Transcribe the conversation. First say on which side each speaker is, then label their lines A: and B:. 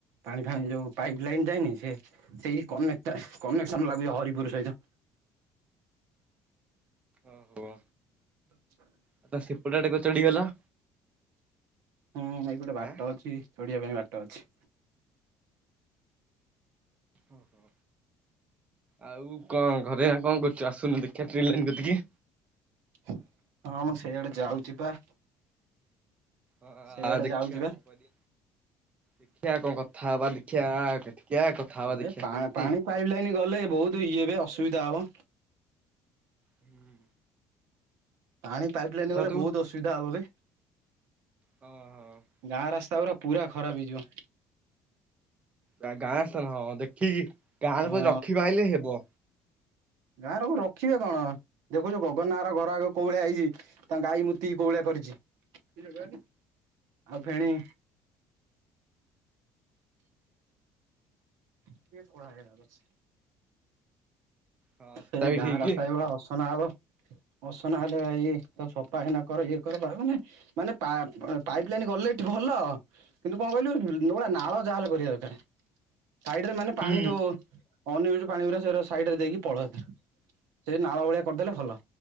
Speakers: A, on the right; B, on the right.
A: ପାଣି ଫାଣି ଯୋଉ ପାଇପ ଲାଇନ୍ ଯାଏନି ସେ ସେଇ କନେଟ୍ କନେକ୍ସନ ଲାଗୁଚି ହରିପୁରୁ ସହିତ।
B: ଓହୋ।
A: <unintelligible>
B: ଆ ତମେ ସେପଟେ ଆଡ଼େ କଣ ଚଢିଗଲ?
A: ହୁଁ ଭାଇ ଗୋଟେ ବାଟ
B: ଆଁ
A: ଅଛି ଚଢିବା ପାଇଁ ବାଟ ଅଛି।
B: ଓହୋ ଆଉ କଣ ଘରେ କଣ କରୁଚ ଆସୁନୁ ଦେଖିବା ଟ୍ରେନ୍ ଲାଇନ୍ କତିକି?
A: ହଁ, ମୁଁ ସେଇଆଡେ ଯାଉଛି ବା।
B: ହଁ
A: ସେଇଆଡେ
B: ଆ ଦେଖିବା
A: ଯାଉଛି ବା
B: କଣ କରି, ଦେଖିଆ କଣ କଥା ହବା, ଦେଖିଆ ଆ ଦେଖିଆ କଥା ହବା ଦେଖିଆ
A: ଏ
B: ସେମତି
A: ପାଣି ପାଇପ୍ ଲାଇନ ଗଲେ ବହୁତ ଇଏବେ ଅସୁବିଧା ହବ।
B: ହୁଁ।
A: ପାଣି ପାଇପ୍ ଲାଇନ ଗଲେ,
B: ତୁ
A: ବହୁତ ଅସୁବିଧା ହବବେ।
B: ହଁ
A: ଗାଁ ରାସ୍ତା ଗୁରା, ପୁରା ଖରାପ ହେଇଯିବ।
B: ଗାଁ-ଗାଁ ରାସ୍ତା ନୁହଁ, ଦେଖିକି ଗାଁରେ
A: ହଁ
B: କୋଉଠି ରଖି ପାଇଲେ ହେବ।
A: ଗାଁରେ ଆଉ ରଖିବେ କଣ, ଦେଖୁଛୁ ଗଗନାର ଘର ଆଗ କୋଉ ଭଳିଆ ହେଇଛି? ତାଙ୍କ ଗାଈ ମୁତିକି କୋଉଭଳିଆ କରିଚି। ଆଉ ଫେଣି ଟିକେ କଳା ହେଇଗଲା ବାସ୍
B: ହଁ ସେଟା
A: ସେଇ
B: ବି
A: ଗାଁ
B: ଠିକ
A: ରାସ୍ତା ଏଇଭଳିଆ ଅସନା ହବ ଅସନା ହେଲେ ଭାଇ, ତାକୁ ସଫା ଏଇନା କର, ଇଏ କର ଭାଇ ମାନେ ମାନେ ପା-ପାଇପ୍ ଲାଇନ୍ ଗଲେ ଏଠି ଭଲ କିନ୍ତୁ କଣ କହିଲୁ, ନୂଳା ନାଳ ଯାହାହେଲେ କରିଆ ଦରକାରେ। ସାଇଡରେ ମାନେ
B: ହୁଁ
A: ପାଣି ଯୋଉ ଅନ୍ ଇଉଜ୍ ପାଣି ଗୁଡା ସେଇଗୁରା ସାଇଡରେ ଦେଇକି ପଳାନ୍ତା, ସେ ନାଳ ଭଳିଆ କରିଦେଲେ ଭଲ।